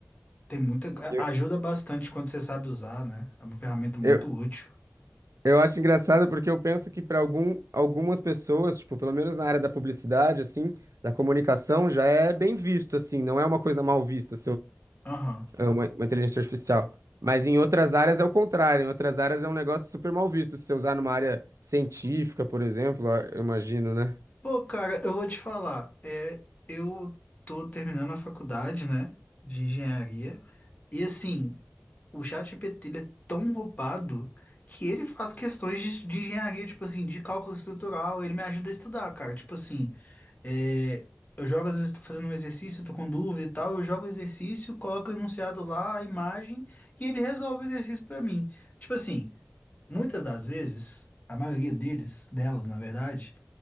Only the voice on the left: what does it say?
tem muita...
a- Ajuda bastante quando você sabe usar, né? É uma ferramenta muito
útil.
Aham.
Pô, cara, eu vou te falar. É, eu tô terminando a faculdade, né, de engenharia. E assim, o ChatGPT ele é tão roubado que ele faz questões de, de engenharia, tipo assim, de cálculo estrutural. Ele me ajuda a estudar, cara. Tipo assim, é, eu jogo, às vezes, tô fazendo um exercício, tô com dúvida e tal. Eu jogo o exercício, coloco o enunciado lá, a imagem, e ele resolve o exercício pra mim. Tipo assim, muitas das vezes, a maioria deles, delas, na verdade.